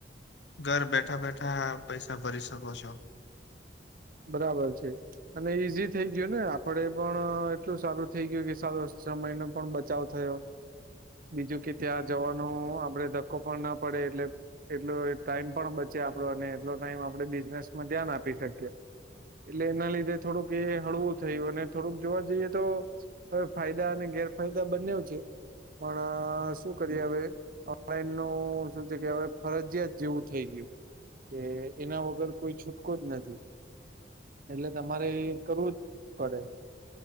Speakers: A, on the left; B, on the right.
A: ઘર બેઠા બેઠા પૈસા ભરી શકો છો.
B: બરાબર છે. અને ઈઝી થઈ ગયો ને આપડે પણ એટલું સારું થઇ ગયું કે સારો સમય ન પણ બચાવ થયો બીજું કે ત્યાં જવાનો આપડે ધક્કો પણ ના પડે એટલે એટલો ટાઈમ પણ બચે આપડો અને એટલો ટાઈમ આપણે બિઝનેસમાં ધ્યાન આપી શકીએ. એટલે એના લીધે થોડુંક એ હળવું થયું અને થોડુંક જોવા જઈએ તો હવે ફાયદા અને ગેરફાયદા બંને છે પણ શું કરીએ હવે. ઓનલાઈન નું શું છે કે હવે ફરજયાત જેવું થઈ ગયું. કે એના વગર કોઈ છૂટકો જ નથી. એટલે તમારે કરવું જ પડે.